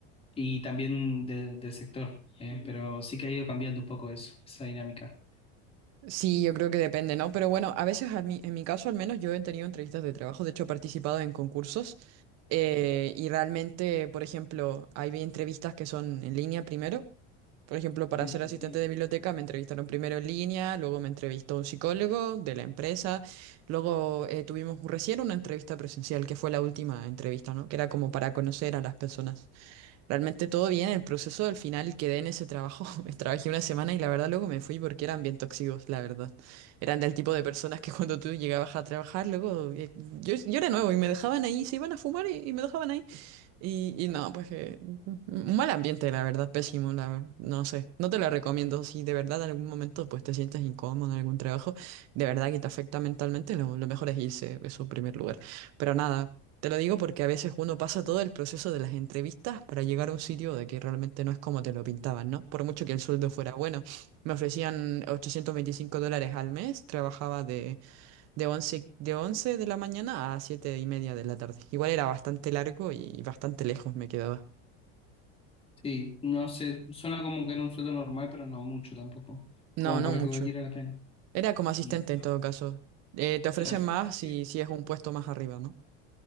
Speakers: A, on the left; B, on the right.
A: y también de- del sector, eh, pero sí que ha ido cambiando un poco eso, esa dinámica.
B: Sí, yo creo que depende, ¿no? Pero bueno, a veces a mí, en mi caso al menos yo he tenido entrevistas de trabajo, de hecho he participado en concursos eh, y realmente, por ejemplo, hay entrevistas que son en línea primero. Por ejemplo, para
A: Sí.
B: ser asistente de biblioteca me entrevistaron primero en línea, luego me entrevistó un psicólogo de la empresa, luego eh, tuvimos recién una entrevista presencial, que fue la última entrevista, ¿no? Que era como para conocer a las personas. Realmente todo bien, el proceso del final quedé en ese trabajo. <laughs> Me Trabajé una semana y la verdad luego me fui porque eran bien tóxicos, la verdad. Eran del tipo de personas que <laughs> cuando tú llegabas a trabajar, luego eh, yo, yo era nuevo y me dejaban ahí, se iban a fumar y, y me dejaban ahí. Y, y no, pues eh, un mal ambiente, la verdad, pésimo, la, ver- no sé, no te lo recomiendo. Si de verdad en algún momento pues te sientes incómodo en algún trabajo, de verdad que te afecta mentalmente, lo, lo mejor es irse, eso en primer lugar. Pero nada. Te lo digo porque a veces uno pasa todo el proceso de las entrevistas para llegar a un sitio de que realmente no es como te lo pintaban, ¿no? Por mucho que el sueldo fuera bueno. Me ofrecían 825 dólares al mes, trabajaba de, de once de once de la mañana a 7 y media de la tarde. Igual era bastante largo y bastante lejos me quedaba.
A: Sí, no sé, suena como que era un sueldo normal, pero no mucho tampoco,
B: No,
A: como
B: no
A: para
B: mucho.
A: que valiera la pena.
B: Era como asistente
A: Y,
B: en todo caso. Eh, te ofrecen
A: claro.
B: más si, si es un puesto más arriba, ¿no?